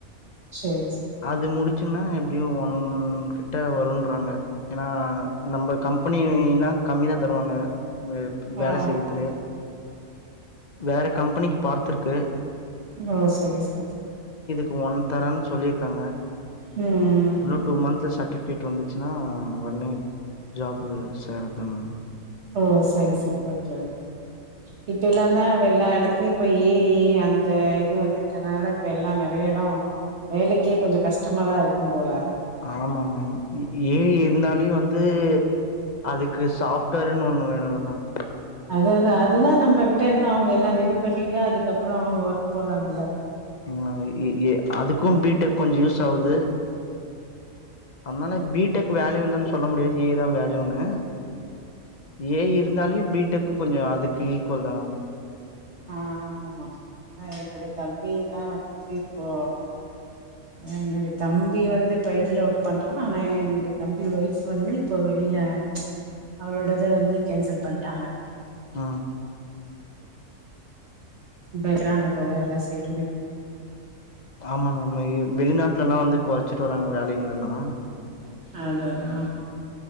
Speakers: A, on the right; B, on the left.
A: செரி செரி
B: அது முடுச்சொன்னா எப்டியு ஒன் கிட்ட வருன்றாங்க எனா நம்ப கம்பெனினா கம்மி தா தருவாங்க வேல
A: ஆ
B: செய்ற வேற கம்பெனிக்கு பார்த்துருக்கு
A: ஓ சரி சரி ச
B: கு ஒன் தரேன் சொல்லிருக்காங்க
A: ம் ம்.
B: இன்னு ட்டூ மந்த்ல சர்டிஃபிகேட் வந்துச்சுனா நா ஒட்னே ஜாபு சேரதா மேம்
A: ஓ சரி சரி ஓகே ஓகே இப்ப எல்லாந்தா எல்லா எடத்துலயு இப்ப ஏ ஐ அந்த இது வந்துட்டனால இப்ப எல்லா நறை எடொ வேலைக்கே கொஞ்ச கஷ்டமாதா இருக்கும்போல
B: ஆமா மேம் ஏ ஐ இருந்தாலியு வந்து அதுக்கு சாஃப் ட்வேருன்னு ஒன்னு வேணுல்ல மேம்
A: அததா அதுதா நம்பகிட்டருந்து அவுங்க எல்லா ரெடி பண்ணிட்டு அதுக்கப்றொ அவுங்க ஒர்க் போறாங்கல்ல
B: ஆ இ எ அதுக்கு பி டெக் கொஞ்ச யூஸ் ஆவுது அதுனால பி டெக் வேல்யூ இல்லனு சொல்ல முடியாது ஏ தா வேல்யூனு ஏ இ இருந்தாலியு பிடெக்கு கொஞ்சோ அதுக்கு ஈக்குவல்தா
A: ஆ ஆமா ஆமா ஆ என்னோட தம்பி எல்லா வந்துட்டு இப்போ என்னுடைய தம்பி வந்து பைட்டுல ஒர்க் பண்றான் ஆனா என்னுடைய தம்பி ஒய்ஃப் வந்து இப்போ வெளியில அவளோடத வந்து கேன்சல் பண்ணிட்டாங்க
B: ஆ
A: வேக்றாங்க போல எல்லா சைடுமே
B: ஆமா மேம் மெய்யூ வெளிநாட்டுல எல்லா வந்து கொறச்சிட்டு வராங்க வேலிங்கெல்லா
A: அத அதா